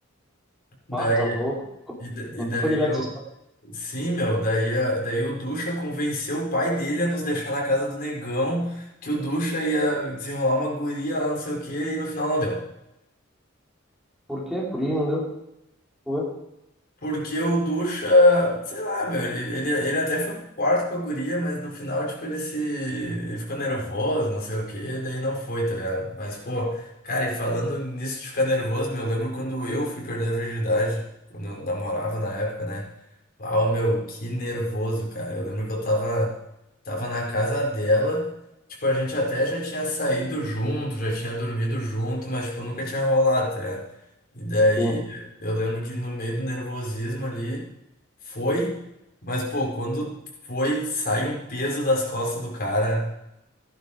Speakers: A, on the left; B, in the centre.
A: Daí,
B: Ah, tá louco.
A: e, da-
B: Eu
A: e daí
B: Não tô ligado
A: eu.
B: se vocês estão.
A: Sim, meu, daí, a- daí o Ducha convenceu o pai dele a nos deixar na casa do negão, que o Ducha ia desenrolar uma guria lá, não sei o que, e no final não deu.
B: Por quê? Por que não deu? Ué?
A: Porque o Ducha, sei lá, meu, ele, ele, ele até foi pro quarto com a guria, mas no final, tipo, ele se. Ele ficou nervoso, não sei o quê, daí não foi, tá ligado? Mas, pô, cara, e falando nisso de ficar nervoso, meu, eu lembro quando eu fui perder a virgindade, quando eu namorava na época, né? Uau, meu, que nervoso, cara. Eu lembro que eu tava, tava na casa dela, tipo, a gente até já tinha saído junto, já tinha dormido junto, mas, tipo, nunca tinha rolado, tá ligado? E daí
B: Sim.
A: eu lembro que no meio do nervosismo ali foi, mas pô, quando foi, sai um peso das costas do cara.